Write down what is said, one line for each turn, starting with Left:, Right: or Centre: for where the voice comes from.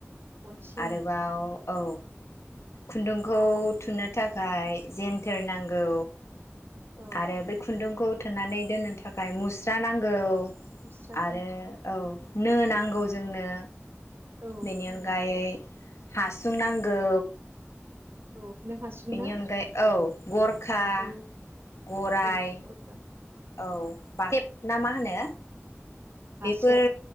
Right: गनसि
Left: आरोबाव
Right: ओं
Left: औ खुन्दुंखौ थुनो थाखाय जेनथोर नांगौ
Right: औ
Left: आरो बै खुन्दुं खौ थोननानै दोननो थाखाय मुस्रा नांगौ
Right: मुस्रा
Left: आरो
Right: ओं
Left: औ नो नांगौ जोंनो
Right: औ
Left: बेनि अनगायै हासुं नांगौ।
Right: औ नों हासुं
Left: बेनि
Right: ना
Left: अनगायै औ गरखा
Right: औ
Left: गराय
Right: औ गरखा
Left: औ बा खेल। ना मा होनो?
Right: बासेब
Left: बेफोर